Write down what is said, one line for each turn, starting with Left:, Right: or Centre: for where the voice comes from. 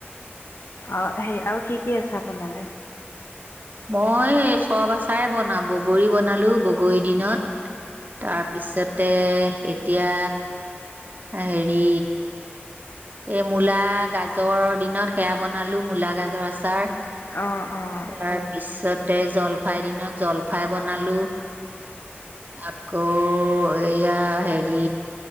Left: অ সেই আৰু কি কি আছে আপোনালৈ
Right: মই চব আচাৰে বনাওঁ বগৰী বনালো বগৰীৰ দিনত তাৰপিছতে এতিয়া হেৰি এই মূলা গাজৰ দিনত সেয়া বনালো, মূলা গাজৰ আচাৰ
Left: অঁ অঁ
Right: তাৰপিছতে জলফাইৰ দিনত জলফাই বনালো আকৌ এয়া হেৰি